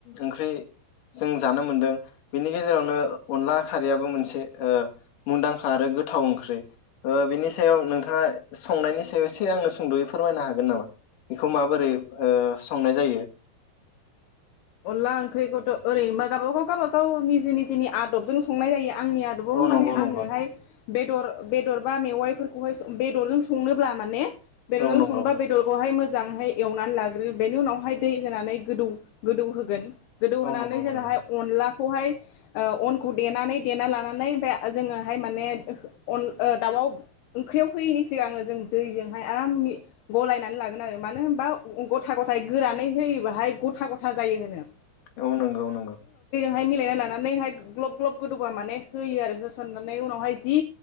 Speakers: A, on the left; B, on the left.
A: ओंख्रि जों जानो मोनदों बेनि गेजेरावनो अनला खारैयाबो मोनसे ओ मुंदांखा आरो गोथाव ओंख्रि ओ बेनि सायाव नोंथाङा संनायनि सायाव ए से आंनो सुंद'यै फोरमायनो हागोन नामा बेखौ माबोरै ओ संनाय जायो
B: अनला ओंख्रिखौथ' ओरैनोबा गावबा गाव गावबा गाव निजि निजिनि आदबजों संनाय जायो आंनि आदबाव
A: औ
B: माने
A: नंगौ नंगौ
B: आंङोहाय बेदर बेदर बा मेवाइफोरखौहाय बेदरजों संनोब्ला माने बेदरजों
A: औ नंगौ
B: संनोबा बेदरखौहाय मो जांहाय एवनानै लाग्रो बेनि उनावहाय दै होनानै गोदौ गोदौ होगोन गोदौहोनानै
A: औ नंगौ
B: जेलाहाय
A: नंगौ
B: अनला खौहाय ओ अनखौ देनानै देना लानानै ओमफ्राय जोङोहाय माने अन दाउआव ओंख्रियाव होयैनि सिगांनो जों दैजोंहाय आराम गलायनानै लागोन आरो मानो होनबा गथा गथाय गोरानै होयोबाहाय गथा गथा गथा जायो होनो
A: ओ नंगौ नंगौ
B: हाय मिलायना लानानैहाय ग्लब ग्लब गोदौबा माने होयो आरो होसननानै उनावहाय जि